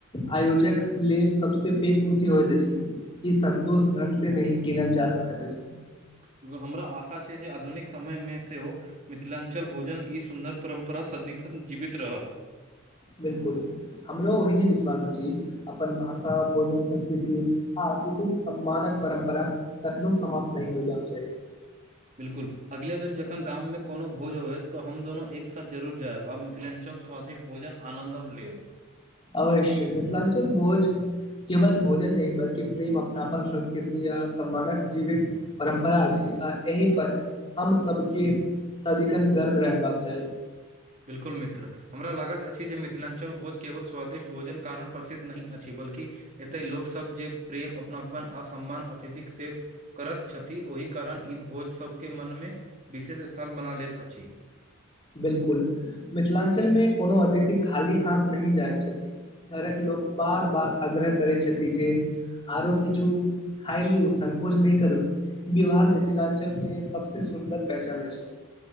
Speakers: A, on the left (about 25°); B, on the right (about 35°).
A: आयोजक लेलऽ सभसे पेइघ खुशी होइत अछि इ। ई संतोष ढंग से नै किनल जा सकैत अछि।
B: एहि बेर हमरा आशा छै जे आधुनिक समयमे सेहो मिथिलांचल भोजन ई सुन्दर परम्परा सदिखन जीवित रहत
A: बिल्कूल हमरो ओहिने विश्वास अछि अपन भाषा भोजन संस्कृति अतिथि कऽ सम्मानक परम्परा कखनो समाप्त नै होयबाक चाही।
B: बिल्कुल अगिले बेर जखन गाम मे कोनो भोज होयत तऽ हम दुनु एक साथ जरूर जायब आब मिथिलांचल स्वादिष्ट भोजन आनंद हम लेब।
A: अवश्य मिथिलांचल भोज। केवल भोजन नहि बल्कि प्रेम अपनापन संस्कृति या सम्मानक जीवित परम्परा अछि आ एहि पर हम सभके सदिखन गर्व रहबाक चाही
B: बिल्कूल मित्र हमरा लागत अछि जे मिथिलांचल भोज केवल स्वादिष्ट भोजनक कारण प्रसिद्ध नै अछि बल्कि। एतय लोकसभ जे प्रेम अपनापन आ सम्मान अतिथिक से करैत छैथि ओहि कारण ई भोज सभके मनमे विशेष स्थान बना लैत अछि।
A: बिल्कूल मिथिलांचल मे कोनो अतिथि खाली हाथ नै जाय छथिन। घर कऽ लोक बार- बार आग्रह करैय छथि जे आरो किछु खाय लिउ संकोच नै करू। व्यहार मिथिलांचल के सबस सुन्दर पहचान छै